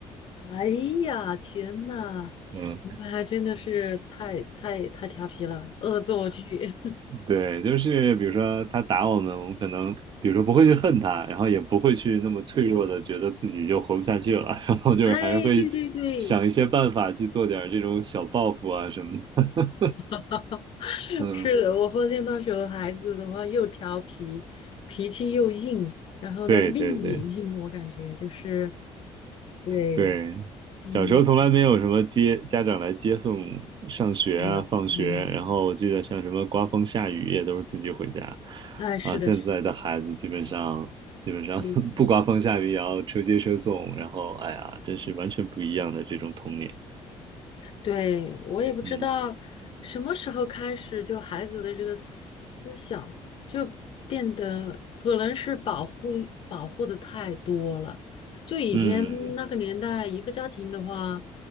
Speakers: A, on the left; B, on the right.
A: 哎呀，天呐，
B: <laughs> 嗯，
A: 你们还真的是太太太调皮了，恶作剧。<laughs>
B: 对，就是比如说他打我们，我们可能比如说不会去恨他，然后也不会去那么脆弱的觉得自己就活不下去了，<laughs> 然后就是还是会
A: 哎，对对对，
B: 想一些办法去做点儿这种小报复啊什么的，
A: <laughs>
B: <laughs> 嗯。
A: 是的，我发现那时候孩子的话又调皮，脾气又硬，然后呢命也硬，
B: 对对对
A: 我感觉就是对，
B: 对，
A: 嗯。
B: 小时候从来没有什么接家长来接送上学啊、
A: 没有，
B: 放学，
A: 没有，没有。
B: 然后我记得像什么刮风下雨也都是自己回家，
A: 哎，是的，
B: 啊，现在的孩子基本上基本上
A: 是的，接送。
B: <laughs> 不刮风下雨也要车接车送，然后哎呀，真是完全不一样的这种童年，
A: 对，我也不知道什么时候开始，
B: 嗯
A: 就孩子的这个思想就变得可能是保护保护的太多了。就以前嗯那个年代，
B: 嗯
A: 一个家庭的话，